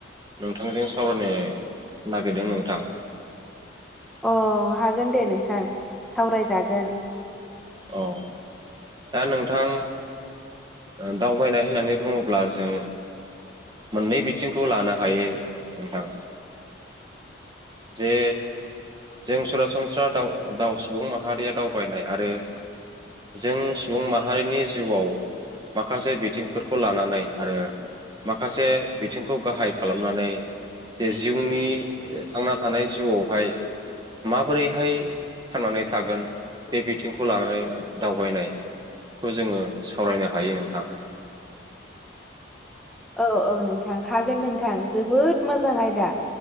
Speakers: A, on the right (about 20°); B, in the centre.
A: नोंथांजों सावरायनो नागिरदों नोंथां
B: अ हागोन दे नोंथां सावरायजागोन
A: औ दा नोंथां दावबायनाय होननानै बुङोब्ला जों मोननै बिथिंखौ लानो हायो नोंथां जे जों सरासनस्रा द दाउ सुबुं माहारिया दावबायनाय आरो जों सुबुं माहारिनि जिउआव माखासे बिथिंफोरखौ लानानै आरो माखासे बिथिंखौ गाहाय खालामनानै जे जिउनि थांना थानाय जिउआवहाय माबोरैहाय थांनानै थागोन बे बिथिंखौ लानानै दावबायनायखौ जोङो सावरायनो हायो नोंथां
B: औ औ नोंथां हागोन नोंथां जोबोद मोजां आयदा